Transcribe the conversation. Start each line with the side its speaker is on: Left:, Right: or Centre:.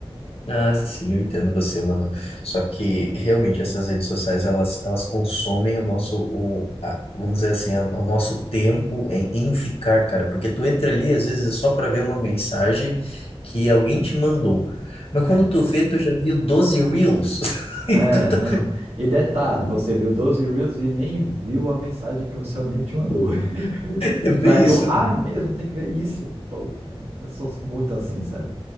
Left: Ah, sim, eu entendo você, mano. Só que realmente essas redes sociais elas, elas consomem o nosso, o, a- vamos dizer assim, a- o nosso tempo em, em ficar, cara. Porque tu entra ali, às vezes, é só para ver uma mensagem que alguém te mandou. Mas
Right: É.
Left: quando tu vê, tu já viu 12 reels. <laughs>
Right: É,
Left: E tu tá,
Right: não. E detalhe, você viu 12 Reels e nem viu a mensagem que o seu amigo te mandou. <laughs>
Left: é bem
Right: Daí tu,
Left: isso.
Right: ah, é mesmo, tem que ver isso. Pô, é, eu sou muito assim, sabe?